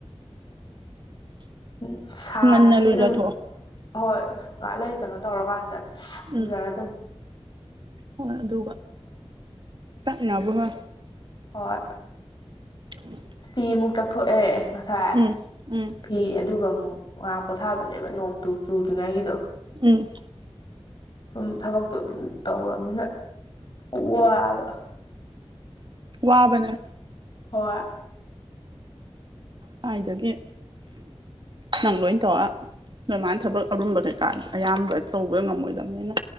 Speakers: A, on the right; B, on the left.
A: <inaudible>
B: ꯎꯝ ꯁꯥꯕꯅꯤꯅ
A: ꯉꯟꯅ ꯂꯨꯖꯊꯣꯛꯑꯣ
B: ꯏꯔꯨ ꯍꯣꯏ ꯉꯥꯛꯂꯩ ꯀꯩꯅꯣ ꯇꯧꯔꯀꯥꯟꯗ ꯑꯗꯨꯖꯥꯔ
A: ꯎꯝ
B: ꯑꯗꯨꯝ
A: ꯍꯣꯏ ꯑꯗꯨꯒ ꯇꯛꯅꯕ ꯍꯣꯏ
B: ꯍꯣꯏ
A: <inaudible>
B: ꯁ꯭ꯇꯤ ꯑꯃꯨꯛ ꯇꯛꯊꯣꯛꯑꯦ ꯉꯁꯥꯏ
A: ꯎꯝ ꯎꯝ
B: ꯐꯤ ꯑꯗꯨꯒ ꯑꯃꯨꯛ ꯉ꯭ꯋꯥꯛ ꯄꯣꯊꯥꯕꯅꯦꯕ ꯅꯣꯡꯇꯨ ꯆꯨꯗ꯭ꯔꯤꯉꯩꯒꯤꯗꯣ
A: ꯎꯝ
B: ꯁꯨꯝ ꯊꯕꯛꯇꯣ ꯇꯧꯔꯝꯅꯤꯅ ꯋꯥꯕ
A: ꯋꯥꯕꯅꯦ
B: ꯍꯣꯏ
A: ꯀꯥꯏꯗꯒꯤ ꯅꯪ ꯂꯣꯏ ꯇꯧꯔ ꯅꯣꯏ ꯃꯥꯅ ꯊꯕꯛ ꯑꯔꯨꯝꯕ ꯀꯩꯀꯥ ꯑꯌꯥꯝꯕ ꯇꯧꯕꯩ ꯉꯝꯃꯣꯏꯗꯕꯅꯤꯅ